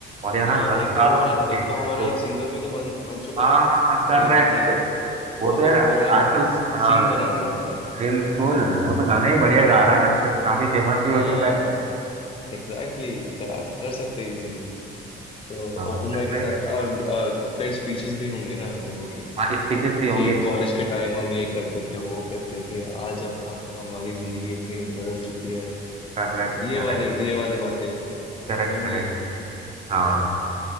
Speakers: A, on the right; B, on the left.
A: और यार
B: हाँ
A: हाँ दस
B: एक
A: साल
B: तो हमारा
A: हो चुके
B: एक
A: हैं
B: तो हमारा
A: तो
B: एक सिंगर भी तो बन बन चुका
A: हाँ
B: है
A: हाँ करेक्ट
B: अरे भाई वो
A: वो तो
B: तो
A: यार
B: पूरा
A: आजकल हाँ
B: सीन बना देगा यार
A: बिल्कुल वो तो गाना ही बढ़िया गा रहा है आजकल काफी फेमस
B: हाँ
A: भी हो चुका है
B: एग्जैक्टली exactly, कर, कर सकते हैं इजीली तो
A: हाँ
B: ओपन
A: सही
B: माइक के साथ
A: कहना
B: और अ, कई स्पीचेस भी होंगे ना लोगों के
A: हाँ स्पीचेस भी होंगे
B: कि कॉलेज के टाइम हम ये करते थे वो करते थे आज अब अब हमारी जिंदगी इतनी बदल चुकी है
A: Correct
B: तो ये
A: correct
B: वाले ये वाले बातें तो
A: correct
B: होंगे
A: correct
B: ही है
A: हाँ
B: ना